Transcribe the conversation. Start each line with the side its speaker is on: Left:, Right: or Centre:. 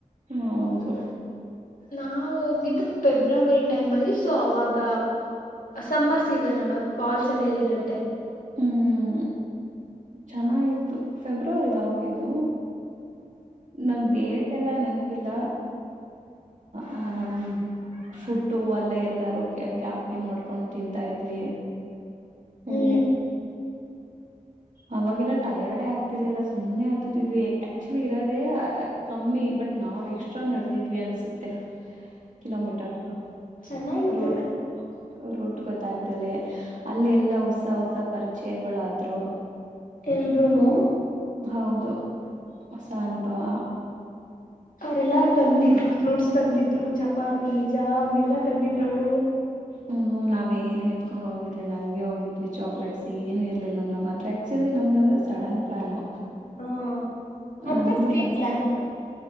Right: ಹೌದು.
Left: ನಾ ಹೋಗಿದ್ದ ಫೆಬ್ರವರಿ ಟೈಮ್ ಅಲ್ಲಿ ಸೊ ಅವಾಗ. ಸಮ್ಮರ್ ಸೀಸನ್ ಅಲ್ಲ ಫಾಲ್ಸ್ ಎಲ್ಲಿ ಇರುತ್ತೆ.
Right: ಹ್ಮ್ ಚೆನ್ನಾಗಿತ್ತು ಫೆಬ್ರವರಿಲ ಹೋಗಿದ್ದು. ನಂಗ ಡೇಟ್. ಡೇಟ್ ಎಲ್ಲಾ ನೆನಪಿಲ್ಲ ಆಹ ನಮ. ಫುಡ್ಡು ಅಲ್ಲೇ ಎಲ್ಲಾರು ಕ್ಯಾಂಪೇನ್ ಮಾಡ್ಕೊಂಡ್ ತಿಂತಾ ಇದ್ವಿ. ಓ.
Left: ಹ್ಮ್
Right: ಅವಾಗೆಲ್ಲಾ ಟೈರ್ಡೇ ಆಗ್ತಿಲ್ಲ ಇಲ್ಲ ಸುಮ್ಮನೆ ಆತತಿದ್ವಿ ಆಕ್ಚುಲಿ ಇರೋದೆೇ. ಕಮ್ಮಿ ಬಟ್ ನಾವ್ ಎಕ್ಸ್ಟ್ರಾ ನಡೆದಿದ್ವಿ ಅನ್ಸುತ್ತೆ ಕಿಲೋಮೀಟರು.
Left: ಚೆನ್ನಾಗಿತ್ತು
Right: ರೋಡ್ ರೋಡ್ ಗೊತ್ತಾಗ್ದಲೆ ಅಲ್ಲಿ ಎಲ್ಲ ಹೊಸ ಹೊಸ. ಪರಿಚಯಗಳಾದ್ರರು.
Left: ಎಲ್ರೂನು.
Right: ಹೌದು ಹೊಸ ಅನುಭವ.
Left: ಅವ್ರೆಲ್ಲ ತಂದಿದ್ರು. ಫ್ರೂಟ್ಸ್ ತಂದಿದ್ರು ಚಪಾತಿ ಜಾಮ್ ಆಮೆಲ್ಲ ತಂದಿದ್ರು ಅವರು.
Right: ಹ್ಮ್ ನಾವ್ ಏನು ಎತ್ಕೊಂಡ್ ಹೋಗಿರ್ಲಿಲ್ಲ ಹಂಗೆ ಹೋಗಿದ್ವಿ ಚಾಕ್ಲೇಟ್ಸ್ ಏನು ಇರ್ಲಿಲ್ಲ ಅಂದ್ರ ಮಾತ್ರ. ಆಕ್ಚುಲಿ ನಮ್ದಂದು ಸಡನ್ ಪ್ಲಾನು.
Left: ಹ ಅದ
Right: ನಮ್ದು
Left: ಪ್ರೀ
Right: ಫಸ್ಟ್
Left: ಪ್ಲಾನ್.